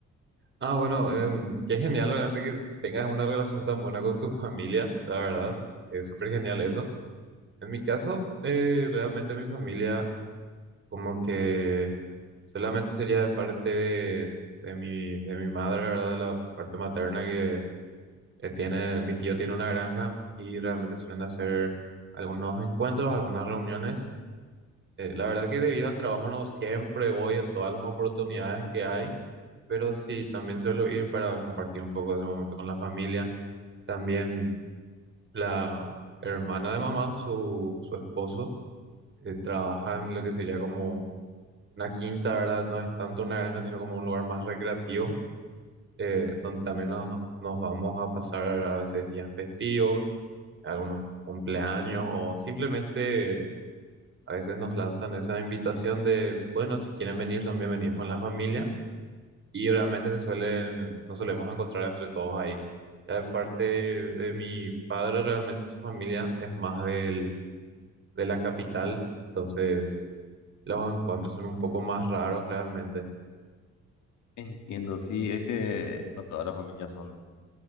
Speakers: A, on the right; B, on the left.
A: Ah, bueno, em, qué genial realmente que tengas una relación tan buena con tu <laughs> familia, la verdad. Es súper genial eso. En mi caso, eh, realmente mi familia como que solamente sería de parte de, de mi, de mi madre, ¿verdad? De la parte materna que eh, tiene, mi tío tiene una granja y realmente suelen hacer algunos encuentros, algunas reuniones Eh, la verdad que debido al trabajo no siempre voy en todas las oportunidades que hay, pero sí, también suelo ir para compartir un poco de ese momento con la familia. También la hermana de mamá, su, su esposo, eh, trabaja en lo que sería como una quinta, ¿verdad? No es tanto una granja, sino como un lugar más recreativo, eh, donde también nos, nos vamos a pasar a veces días festivos, algunos cumpleaños o simplemente A veces nos lanzan esa invitación de, bueno, si quieren venir, son bienvenidos con la familia y realmente se suelen, nos solemos encontrar entre todos ahí. Ya de parte de, de mi padre, realmente su familia es más del, de la capital, entonces los encuentros son un poco más raros realmente. <laughs>
B: Entiendo, sí, es que no todas las familias son